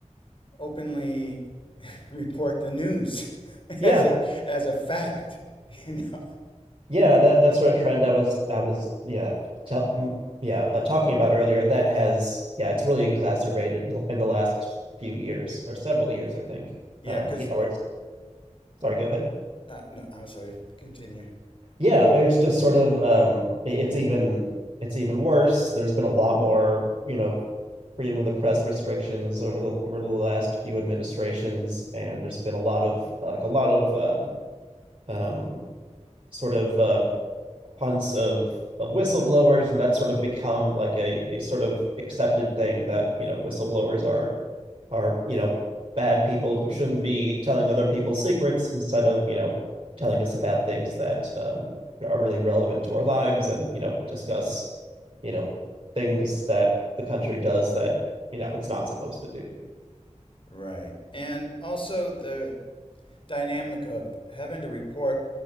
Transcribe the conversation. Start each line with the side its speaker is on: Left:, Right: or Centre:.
Left: openly <laughs> report the news <laughs>
Right: yeah
Left: as it as a fact <laughs> you know
Right: yeah that that sort of trend i was i was yeah tell, yeah uh, talking about earlier that has yeah it's really exacerbated in the last few years or several years i think
Left: yeah
Right: um
Left: because
Right: yeah where it's sorry go ahead
Left: uh, no i'm sorry continue
Right: yeah where it's just sort of um it's even it's even worse there's been a lot more you know freedom of the press restrictions over the over the last few administrations and there's been a lot of like a lot of um um sort of uh, hunts of, of whistleblowers, and that's sort of become like a a sort of accepted thing that you know whistleblowers are are you know bad people who shouldn't be telling other people secrets instead of you know telling us about things that um, are really relevant to our lives and you know discuss you know things that the country does that you know it's not supposed to do.
Left: right and also the dynamic of having to report